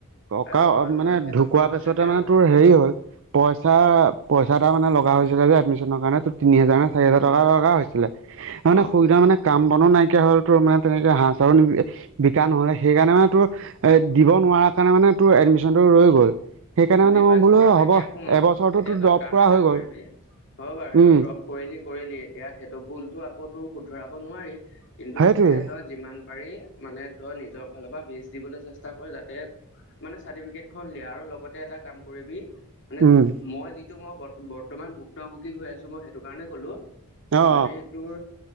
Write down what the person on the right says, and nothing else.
ককা
মানে
ঢুকোৱা পিছতে
মানে
তোৰ হেৰি হ'ল। পইচা পইচা এটা মানে লগ হৈছিলে যে এডমিশ্যন কাৰণে ত তিনি হাজাৰ নে চাৰি
হাজাৰ
টকা লগা হৈছিলে। মানে
সুবিধাম মানে কাম বনো নাইকিয়া হ'ল তোৰ মানে তেনেকে হাঁহ চাও বিকা নহ'লে সেইকাৰণে মানে তোৰ। এ দিব নোৱাৰা কাৰণে মানে তোৰ এডমিশ্যন টো ৰৈ গ'ল। সেইকাৰণে
মানে মই
বোলো
হ'ব
এবছৰটো
তোৰ
ড্ৰপ
কৰা
হৈ
গ'ল
উম
সেইটোৱে
উম
অ